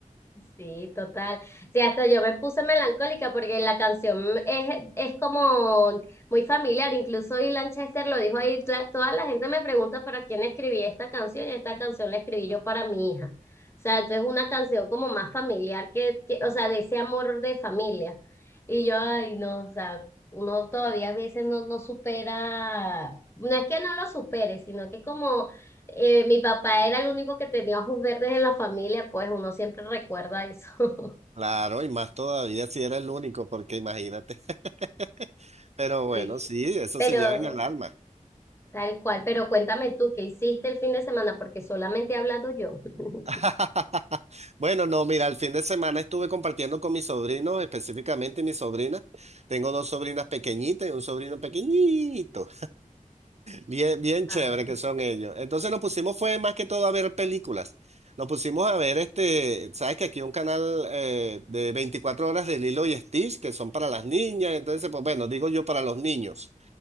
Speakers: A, on the left; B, on the right.
A: Sí, total. Sí, hasta yo me puse melancólica porque la canción es, es como muy familiar, incluso y Lanchester lo dijo ahí, tla- toda la gente me pregunta para quién escribí esta canción y esta canción la escribí yo para mi hija. O sea, entonces es una canción como más familiar que, que, o sea, de ese amor de familia. Y yo, ay, no, o sea, uno todavía a veces no, no supera, no es que no lo supere, sino que como eh, mi papá era el único que tenía ojos verdes en la familia, pues uno siempre recuerda eso, <laughs>
B: Claro, y más todavía si era el único, porque imagínate. <laughs> Pero bueno,
A: sí,
B: sí, eso
A: pero
B: se lleva en el alma.
A: tal cual, pero cuéntame tú, ¿qué hiciste el fin de semana? Porque solamente he hablado yo. <laughs>
B: <laughs> Bueno, no, mira, el fin de semana estuve compartiendo con mis sobrinos, específicamente mi sobrina. Tengo dos sobrinas pequeñitas y un sobrino pequeñito. Bien, bien
A: Ah.
B: chévere que son ellos. Entonces nos pusimos fue más que todo a ver películas. Nos pusimos a ver este, sabes que aquí hay un canal eh, de 24 horas de Lilo y Stitch que son para las niñas, entonces pues bueno, digo yo para los niños.